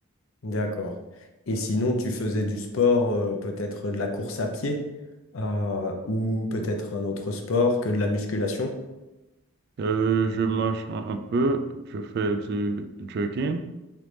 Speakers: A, on the left; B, on the right.
A: D'accord. Et sinon, tu faisais du sport, euh, peut-être de la course à pied, euh, ou peut-être un autre sport que de la musculation.
B: Euh, je marche un, un peu, je fais du jogging